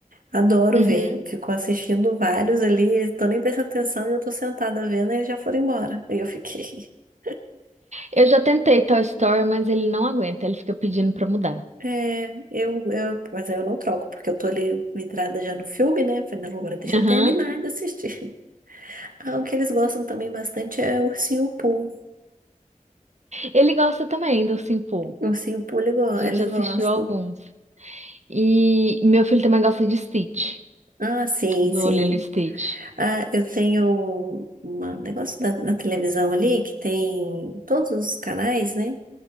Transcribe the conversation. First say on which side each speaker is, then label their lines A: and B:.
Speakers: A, on the right; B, on the right.
A: Adoro
B: Uhum.
A: ver. Ficou assistindo vários ali, eles estão nem prestando atenção e eu tô sentada vendo e eles já foram embora. Aí eu fiquei. <laughs>
B: Eu já tentei Toy Story, mas ele não aguenta, ele fica pedindo pra mudar.
A: É, eu, eu, mas aí eu não troco, porque eu tô ali vidrada já no filme, né? Falei, não, agora deixa
B: Aham.
A: eu terminar de assistir. <laughs> Ah, o que eles gostam também bastante é o Ursinho Pooh.
B: Ele gosta também do Simple.
A: O Ursinho Pooh, ele go-
B: A gente
A: eles
B: assistiu
A: gostam.
B: alguns. E meu filho também gosta de Stitch,
A: Ah, sim,
B: do
A: sim.
B: Lilo e Stitch.
A: Ah, eu tenho um negócio da, na televisão ali que tem todos os canais, né?